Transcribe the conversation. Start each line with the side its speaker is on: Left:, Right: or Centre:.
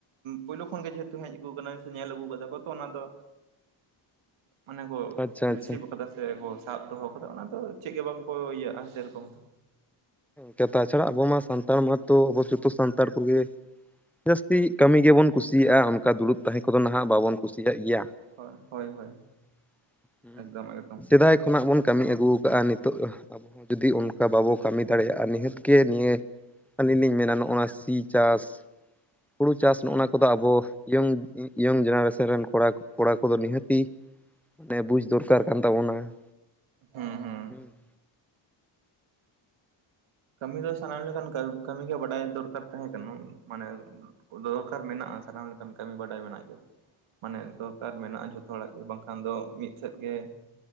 Right: ᱯᱩᱭᱞᱩ ᱠᱷᱚᱱ ᱜᱮ ᱡᱮᱦᱮᱛᱩ ᱦᱮᱡ ᱟᱹᱜᱩ ᱠᱟᱱᱟ ᱥᱮ ᱧᱮᱞ ᱟᱹᱜᱩ ᱠᱟᱫᱟ ᱠᱚ ᱛᱚ ᱚᱱᱟ ᱫᱚ ᱢᱟᱱᱮ ᱠᱚ
Centre: ᱟᱪᱪᱷᱟ
Right: ᱨᱤᱥᱤᱵᱷ
Centre: ᱟᱪᱪᱷᱟ
Right: ᱟᱠᱟᱫᱟ ᱥᱮ ᱠᱚ ᱥᱟᱵ ᱫᱚᱦᱚ ᱟᱠᱟᱫᱟ ᱚᱱᱟ ᱫᱚ ᱪᱮᱫ ᱜᱮ ᱵᱟᱝ ᱠᱚ ᱤᱭᱟᱹᱜ-ᱟ ᱥᱮᱨᱚᱠᱚᱢ ᱫᱚ
Centre: ᱦᱮᱸ ᱛᱟ ᱪᱷᱟᱲᱟᱜ ᱟᱵᱚ ᱢᱟ ᱥᱟᱱᱛᱟᱲ ᱢᱟᱛᱚ ᱟᱵᱚ ᱡᱚᱛᱚ ᱥᱟᱱᱛᱟᱲ ᱠᱚᱜᱮ ᱡᱟᱹᱥᱛᱤ ᱠᱟᱹᱢᱤ ᱜᱮᱵᱚᱱ ᱠᱩᱥᱤᱭᱟᱜ-ᱟ ᱚᱱᱠᱟ ᱫᱩᱲᱩᱵ ᱛᱟᱦᱮᱸ ᱠᱚᱫᱚ ᱱᱟᱦᱟᱜ ᱵᱟᱵᱚᱱ ᱠᱩᱥᱤᱭᱟᱜ ᱜᱮᱭᱟ ᱾
Right: ᱦᱳᱭ ᱦᱳᱭ ᱦᱳᱭ
Centre: <inaudible> ᱦᱩᱸ
Right: ᱮᱠᱫᱚᱢ ᱮᱠᱫᱚᱢ
Centre: ᱥᱮᱫᱟᱭ ᱠᱷᱚᱱᱟᱜ ᱵᱚᱱ ᱠᱟᱹᱢᱤ ᱟᱹᱜᱩ ᱟᱠᱟᱜᱼᱟ ᱱᱤᱛ ᱱᱤᱛᱚᱜ ᱟᱵᱚ ᱦᱚᱸ ᱡᱩᱫᱤ ᱚᱱᱠᱟ ᱵᱟᱵᱚ ᱠᱟᱹᱢᱤ ᱫᱟᱲᱮᱭᱟᱜ-ᱟ ᱱᱤᱦᱟᱹᱛ ᱜᱮ ᱱᱤᱭᱟᱹ ᱟᱹᱞᱤᱧ ᱞᱤᱧ ᱢᱮᱱᱟ ᱱᱚᱜ-ᱚᱭ ᱥᱤ ᱪᱟᱥ ᱦᱩᱲᱩ ᱪᱟᱥ ᱱᱚᱜᱼᱚ ᱱᱚᱣᱟ ᱠᱚᱫᱚ ᱟᱵᱚ ᱤᱭᱚᱝ ᱤᱭᱚᱝ ᱡᱱᱟᱨᱮᱥᱚᱱ ᱨᱮᱱ ᱠᱚᱲᱟ ᱠᱚᱲᱟ ᱠᱚᱫᱚ ᱱᱤᱦᱟᱹᱛᱤ ᱢᱟᱱᱮ ᱵᱩᱡᱽ ᱫᱚᱨᱠᱟᱨ ᱠᱟᱱ ᱛᱟᱵᱚᱱᱟ ᱾
Right: ᱦᱩᱸ ᱦᱩᱸ
Centre: ᱦᱩᱸ
Right: ᱠᱟᱹᱢᱤ ᱫᱚ ᱥᱟᱱᱟᱢ ᱞᱮᱠᱷᱟᱱ ᱠᱟᱹᱢᱤᱜᱮ ᱵᱟᱰᱟᱭ ᱫᱚᱨᱠᱟᱨ ᱛᱟᱦᱮᱸ ᱠᱟᱱᱟ ᱢᱟᱱᱮ ᱠᱚ ᱫᱚᱨᱠᱟᱨ ᱢᱮᱱᱟᱜ-ᱟ ᱥᱟᱱᱟᱢ ᱞᱮᱠᱟᱱ ᱠᱟᱹᱢᱤ ᱵᱟᱰᱟᱭ ᱢᱮᱱᱟᱜ ᱜᱮ ᱢᱟᱱᱮ ᱫᱚᱨᱠᱟᱨ ᱢᱮᱱᱟᱜ-ᱟ ᱡᱷᱚᱛᱚ ᱦᱚᱲᱟᱜ ᱜᱮ ᱵᱟᱝᱠᱷᱟᱱ ᱫᱚ ᱢᱤᱫ ᱥᱮᱫ ᱜᱮ